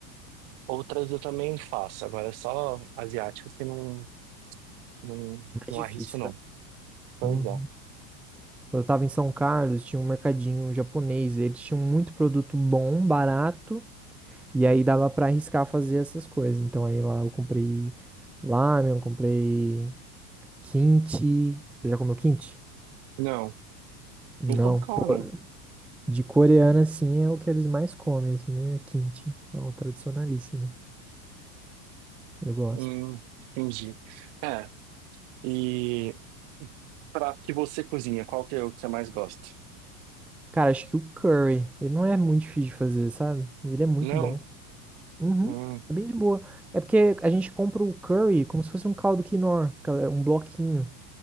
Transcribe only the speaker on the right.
outras eu também faço. Agora é só asiáticas que não, não,
não
arrisco não.
Pois
é.
Não.
Nunca ouvi falar,
não.
Hum, entendi. É, e prato que você cozinha, qual que é o que você mais gosta?
Não?
Hum.